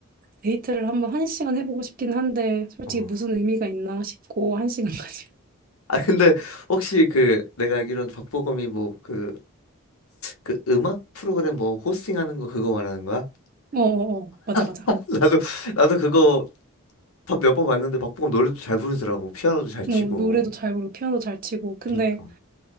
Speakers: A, on the right; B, on the left.
A: 데이트를 한번 한 시간 해보고 싶긴 한데 솔직히
B: 어.
A: 무슨 의미가 있나 싶고 한 시간까지.
B: 아, 근데 혹시 그 내가 알기로는 박보검이 뭐 그, 그 음악 프로그램 뭐 호스팅하는 거 그거 말하는 거야?
A: <laughs> 어어어 맞아 맞아.
B: <laughs> 나도, 나도 그거 몇 번 봤는데 박보검 노래도 잘 부르더라고. 피아노도 잘
A: 뭐
B: 치고.
A: 노래도 잘 부르고 피아노 잘 치고 근데
B: 그니까.